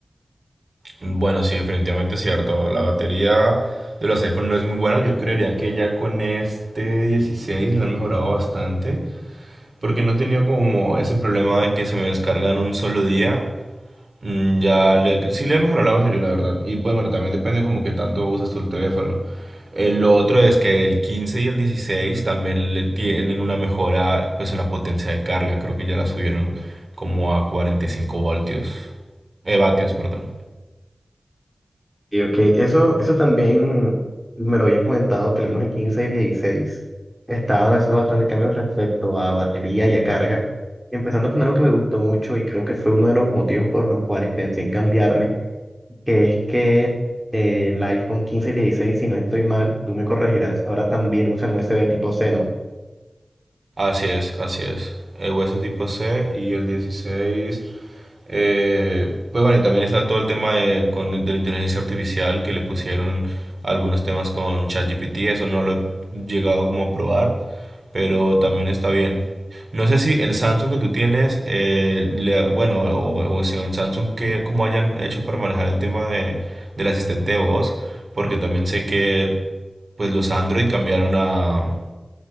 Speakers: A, on the right; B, in the centre.
A: Bueno, sí, definitivamente es cierto. La batería de los iPhone no es muy buena. Yo creería que ya con este 16 la han mejorado bastante. Porque no he tenido como ese problema de que se me descargan un solo día Mm, Ya le, sí le he mejorado la batería, la verdad. Y pues bueno, también depende como que tanto usas tú el teléfono. El otro es que el 15 y el 16 también le tienen una mejora pues en la potencia de carga. Creo que ya la subieron como a 45 voltios. Eh, vatios, perdón.
B: Y ok, eso, eso también me lo habían comentado, que al menos el 15 y el 16 estaban haciendo bastante cambios respecto a batería y a carga, empezando con algo que me gustó mucho y creo que fue uno de los motivos por los cuales pensé en cambiarme, que es que eh, el iPhone 15 y el 16, si no estoy mal, tú me corregirás, ahora también usan USB tipo C, ¿no?
A: Así es, así es. El US tipo C y el 16. eh, pues bueno, y también está todo el tema de, con, de la inteligencia artificial que le pusieron algunos temas con ChatGPT. Eso no lo he llegado como a probar, pero también está bien. No sé si el Samsung que tú tienes, eh, le- bueno, o, o si en Samsung que cómo hayan hecho para manejar el tema de, del asistente de voz, porque también sé que pues los Android cambiaron a,